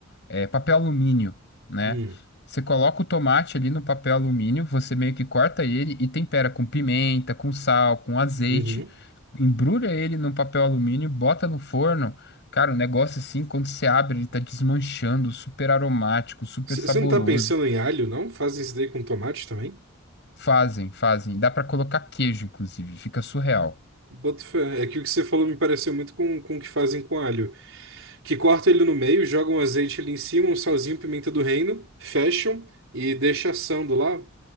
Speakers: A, on the left; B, on the right.
A: é, papel alumínio, né?
B: Hum,
A: Você coloca o tomate ali no papel alumínio, você meio que corta ele e tempera com pimenta, com sal, com azeite,
B: uhum.
A: embrulha ele num papel alumínio, bota no forno. Cara, o negócio assim, quando você abre, ele tá desmanchando, super aromático, super
B: C-
A: saboroso.
B: Você não tá pensando em alho, não? Fazem isso daí com tomate também?
A: Fazem, fazem. Dá pra colocar queijo, inclusive, fica surreal.
B: Boto fé. É que o que você falou me pareceu muito com, com o que fazem com alho. que corta ele no meio, joga um azeite ali em cima, um salzinho, pimenta do reino, fecham e deixa assando lá.